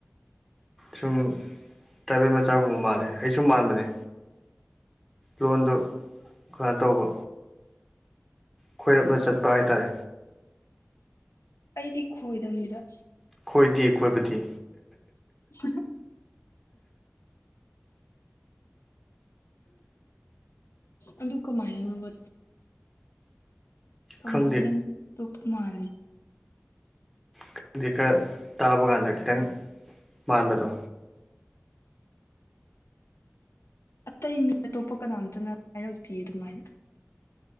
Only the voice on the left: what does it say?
ꯑꯩꯗꯤ ꯈꯣꯏꯗꯝꯅꯤꯗ
<unintelligible> ꯑꯗꯨ ꯀꯃꯥꯏꯅꯅꯣꯕ ꯀꯃꯥꯏꯅ
ꯇꯣꯞꯄ ꯃꯥꯜꯂꯤ
ꯑꯇꯩ ꯃꯤ ꯑꯇꯣꯞꯄ ꯀꯅꯥꯝꯇꯅ ꯍꯥꯏꯔꯛꯇꯦ ꯑꯗꯨꯃꯥꯏꯅ